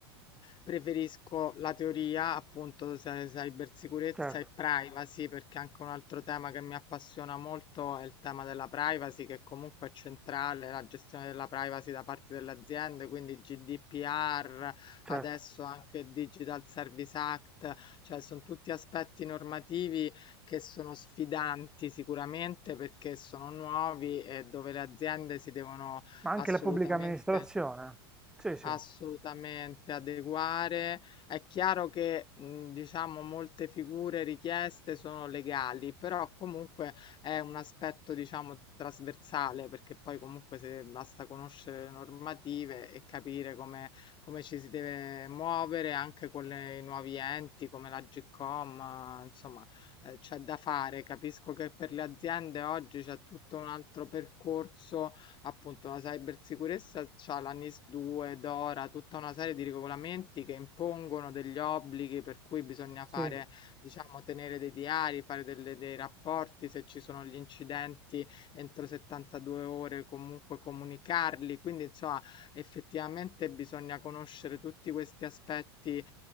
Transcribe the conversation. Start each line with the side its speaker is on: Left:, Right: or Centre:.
Left: Preferisco la teoria, appunto, cy- cybersicurezza
Centre: certo,
Left: e privacy, perché anche un altro tema che mi appassiona molto è il tema della privacy, che comunque è centrale, la gestione della privacy da parte delle aziende, quindi GDPR,
Centre: certo,
Left: adesso anche Digital Service Act, cioè sono tutti aspetti normativi che sono sfidanti sicuramente perché sono nuovi e dove le aziende si devono
Centre: ma anche
Left: assolutamente...
Centre: la pubblica amministrazione. Sì, sì,
Left: Assolutamente, adeguare. È chiaro che, mhmm, diciamo molte figure richieste sono legali, però comunque è un aspetto, diciamo, trasversale, perché poi comunque se basta conoscere le normative e capire come come ci si deve muovere anche con le i nuovi enti come l'Agcom, insomma, ehm, c'è da fare. Capisco che per le aziende oggi c'è tutto un altro percorso appunto la cybersicurezza c'ha la NIS 2, DORA, tutta una serie di regolamenti che impongono degli obblighi per cui bisogna
Centre: sì,
Left: fare, diciamo, tenere dei diari, fare delle- dei rapporti, se ci sono gli incidenti entro 72 ore comunque comunicarli, quindi insomma effettivamente bisogna conoscere tutti questi aspetti